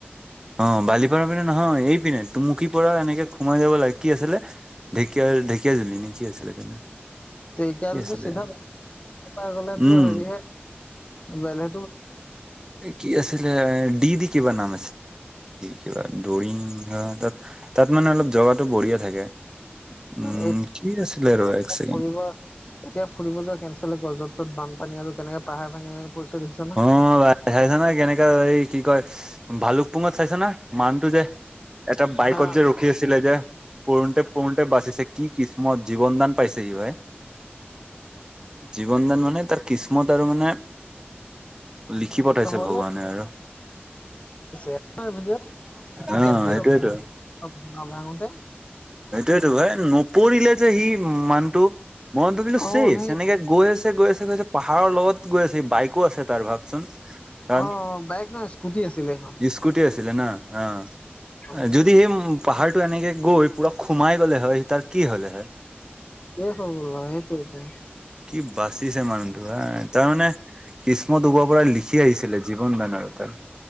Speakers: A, on the right; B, on the left.
A: অ' বালিপাৰা পিনে নহয়, এই পিনে টুমুকি পৰা এনেকে সোমাই যাব লাগে কি আছিলে? ঢেকীয়া ঢেকীয়াজুলি নে কি আছিলে পিনে
B: তোল
A: কি আছিলে
B: চিধা গ'লে, চিধা গ'লে তো
A: উম
B: হেৰিহে বেলে
A: কি আছিলে ডি দি কিবা নাম কিবা দৰিং তাত, তাত মানে অলপ জগাটো বঢ়িয় থাকে
B: <unintelligible>
A: উম কি আছিলে ৰ এক ছেকেণ্ড
B: ফুৰিব, এতিয়া ফুৰিব যোৱা কেঞ্চেল য'ত - ত'ত বানপানী আৰু কেনেকে পাহাৰ ভাঙি ভাঙি পৰিছে দেখিছ না?
A: অ ভাই চাইছা না কেনেকা এই কি কয় ভালুকপুঙত চাইছ না মানটো যে এটা বাইকত
B: আহ
A: যে ৰখি আছিলে যে পোণতে পণ বাচিছে কি কিসমত জীৱনদান পাইছেহি সি ভাই জীৱনদান মানে তাৰ কিসমত আৰু মানে লিখি পঠাইছে
B: হ'লে
A: ভগৱানে আৰু।
B: <unintelligible>
A: অ
B: কেনেকে
A: সেইটোয়েতো
B: ৰখোতে
A: এইটো ভাই নপৰিলে যে সি মানটো মন ভাবিলো
B: অ
A: চেচ
B: সেই
A: এনেকে গৈ আছে গৈ আছে গৈছে পাহাৰৰ লগত গৈ আছে বাইকো আছে তাৰ ভাবচোন কাৰণ
B: অ বাইক নহয় স্কুটি আছিলে এখন
A: ইস্কুটী আছিলে ন, অ'
B: অ
A: যদি সেই পাহাৰটো এনেকে গৈ পুৰা খোমাই গ'লে হয় তাৰ কি হ'লে হয়
B: এই খবৰ ভাই এইটোৱেইটো
A: কি বাচিছে মানুহটো হা, তাৰমানে কিস্মত ওপৰৰ পৰা লিখি আহিছিলে জীৱনদানৰতাৰ